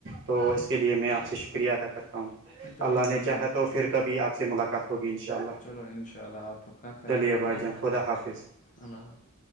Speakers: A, on the right (about 60°); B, on the left (about 35°).
A: تو اس کے لیے میں آپ سے شکریہ ادا کرتا ہوں
B: چلو
A: اللہ
B: میں
A: نے چاہا
B: بھی آپ
A: تو
B: سے
A: پھر کبھی آپ سے ملاقات ہوگی ان شاء اللہ
B: چلو انشاء اللہ آپ اپنا خیال
A: چلیے
B: رکھیے
A: بھائی جان خدا حافظ
B: اللہ حفظ